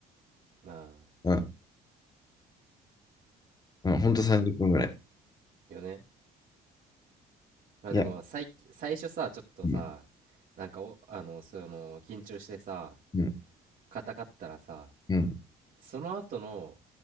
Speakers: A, on the right; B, on the left.
A: な
B: うん。うん、ほんと30分ぐらい。
A: あ、よね。まあでも、
B: いや、
A: 最、最初さ、ちょっとさ、
B: うん、
A: なんかお、あの、その、緊張してさ、
B: うん、
A: 硬かったらさ、
B: うん、
A: その後の